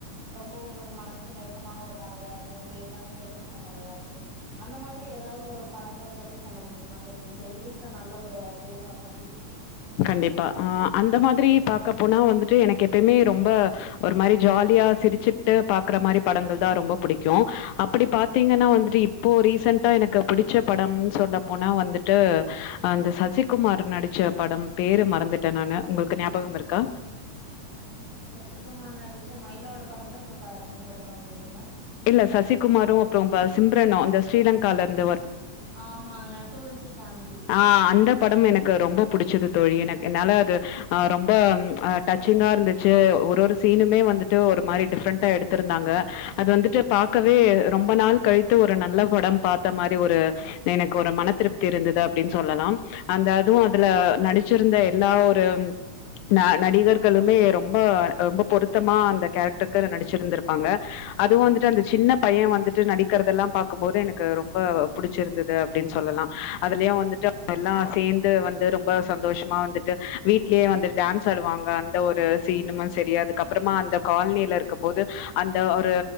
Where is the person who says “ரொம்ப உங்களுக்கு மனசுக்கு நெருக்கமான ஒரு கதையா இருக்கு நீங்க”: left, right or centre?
Right